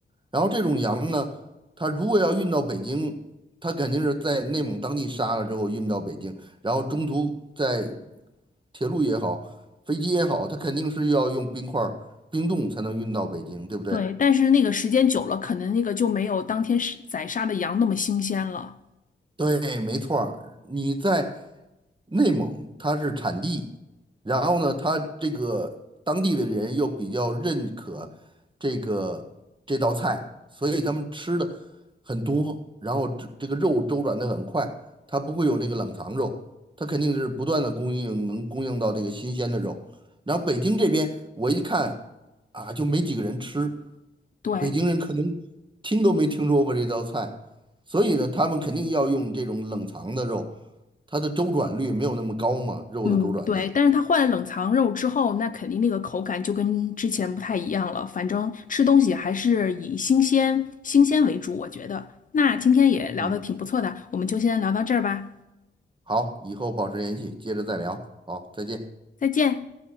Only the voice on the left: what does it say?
对，但是那个时间久了，可能那个就没有当天是宰杀的羊那么新鲜了。
对。
嗯，对，但是它换了冷藏肉之后，那肯定那个口感就跟之前不太一样了。反正吃东西还是以新鲜新鲜为主，我觉得。那今天也聊得挺不错的，
我们就先聊到这儿吧，
再见。